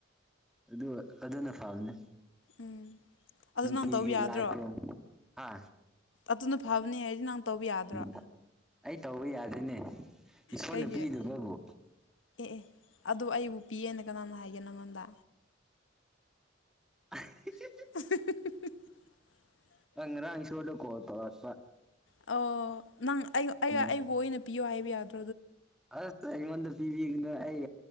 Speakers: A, in the centre; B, on the left.
A: ꯑꯗꯨ ꯑꯗꯨꯅ ꯐꯕꯅꯦ
B: ꯎꯝ ꯑꯗꯨ
A: ꯅꯨꯡꯇꯤꯒꯤ
B: ꯅꯪ ꯇꯧꯕ ꯌꯥꯗ꯭ꯔꯣ
A: ꯂꯥꯏꯈꯨꯔꯨꯝ ꯍꯥ
B: ꯑꯗꯨꯅ ꯐꯕꯅꯦ ꯍꯥꯏꯗꯤ ꯅꯪ ꯇꯧꯕ ꯌꯥꯗ꯭ꯔꯣ
A: ꯎꯝ ꯑꯩ ꯇꯧꯕ ꯌꯥꯗꯦꯅꯦ ꯏꯁꯣꯔꯅ
B: ꯀꯩꯒꯤ
A: ꯄꯤꯗꯕꯕꯨ
B: ꯑꯦ ꯑꯦ ꯑꯗꯨ ꯑꯩꯕꯨ ꯄꯤꯌꯦꯅ ꯀꯅꯥꯅ ꯍꯥꯏꯒꯦ ꯅꯪꯉꯣꯟꯗ
A: <inaudible>
B: <inaudible>
A: ꯑ ꯉꯔꯥꯡ ꯁꯣꯏꯗꯥꯅ ꯀꯣꯜ ꯇꯧꯔꯛꯄ
B: ꯑꯧ ꯅꯪ ꯑꯩ
A: ꯎꯝ
B: ꯑꯩꯕꯨ ꯑꯣꯏꯅ ꯄꯤꯌꯣ ꯍꯥꯏꯕ ꯌꯥꯗꯣ
A: ꯑꯁ ꯑꯩꯉꯣꯟꯗ ꯄꯤꯕꯤꯒꯅꯨ ꯑꯩ